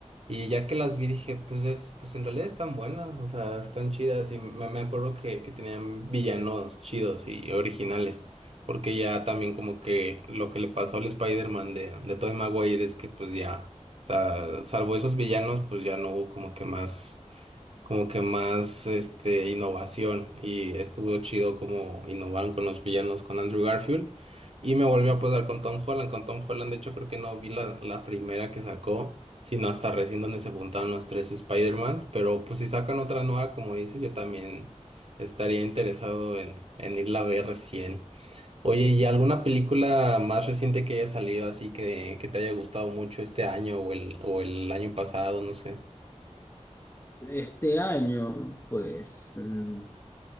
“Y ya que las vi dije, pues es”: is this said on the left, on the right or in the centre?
Right